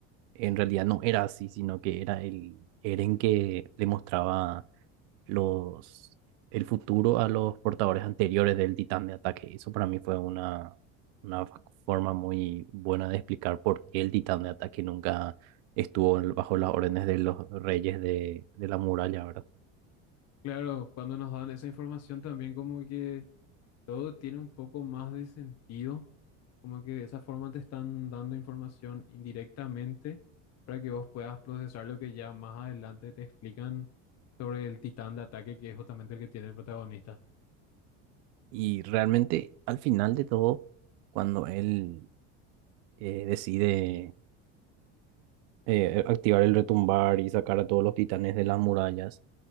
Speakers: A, on the right; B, on the left.
A: en realidad no era así, sino que era el Eren que le mostraba los, el futuro a los portadores anteriores del titán de ataque. Y Eso para mí fue una, una fa- forma muy buena de explicar por qué el titán de ataque nunca estuvo en- bajo las órdenes de los reyes de, de la muralla, ¿verdad?
B: Claro, cuando nos dan esa información también como que todo tiene un poco más de sentido, como que de esa forma te están dando información indirectamente para que vos puedas procesar lo que ya más adelante te explican sobre el titán de ataque que es justamente el que tiene el protagonista.
A: Y realmente al final de todo, cuando él eh, decide eh, activar el retumbar y sacar a todos los titanes de las murallas,